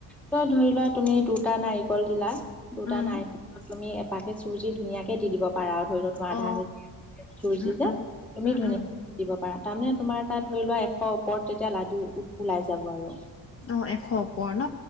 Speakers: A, in the centre; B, on the left.
A: ক'ত? ধৰি লোৱা তুমি দুটা নাৰিকল দিলা দুটা
B: উম
A: নাৰিকলত তুমি এট- পাকেট চুৰজি ধুনীয়াকে দি দিব পাৰা। ধৰি ল তোমাৰ আধা
B: অ
A: কেজি চুৰজি
B: উম
A: যে
B: উম
A: তুমি
B: উম
A: ধুনীয়াকে
B: উম
A: দিব পাৰা। তামানে তোমাৰ তাত ধৰি লোৱা এশ ওপৰত তেতিয়া লাডু ওলাই যাব আৰু।
B: অ এশ ওপৰ ন